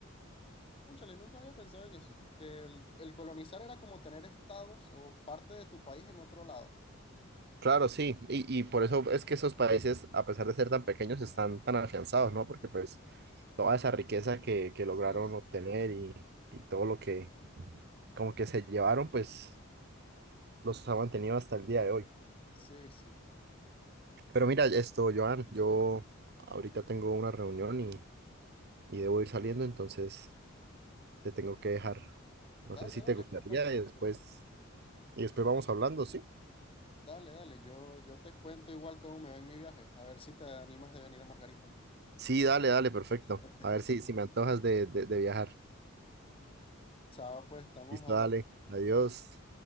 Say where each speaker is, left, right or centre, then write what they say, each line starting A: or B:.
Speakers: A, on the left; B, on the right.
A: cónchale, nunca había pensado en eso, que el, el colonizar era como tener estados o parte de tu país en otro lado.
B: Claro, sí, y, y por eso es que esos países, a pesar de ser tan pequeños, están tan afianzados, ¿no? Porque pues toda esa riqueza que, que lograron
A: Sí, sí,
B: obtener y, y todo lo que como que se llevaron, pues los ha mantenido hasta el día de hoy.
A: sí, sí.
B: Pero mira, esto, Joan, yo ahorita tengo una reunión y, y debo ir saliendo, entonces te tengo que dejar. No
A: Dale,
B: sé si
A: dale,
B: te gustaría
A: perfecto.
B: y después, y después vamos hablando, ¿sí?
A: Dale, dale, yo, yo te cuento igual cómo me va en mi viaje, a ver si te animas de venir a Margarita.
B: Sí, dale, dale, perfecto.
A: <laughs>
B: A ver si, si me antojas de, de de viajar.
A: Chao, pues estamos
B: Listo,
A: hablando.
B: dale. Adiós.